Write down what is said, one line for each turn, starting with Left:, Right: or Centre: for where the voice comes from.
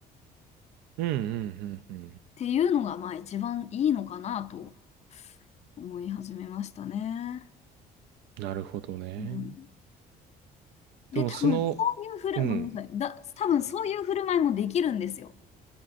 Right: うんうんうんうん。
Left: ていうのがまあ一番いいのかなと思い始めましたね。
Right: なるほどね。
Left: うん、で、
Right: でもその、
Left: 多分そういうふる、
Right: うん。
Left: ごめんなさい。だ、多分そういう振る舞いもできるんですよ。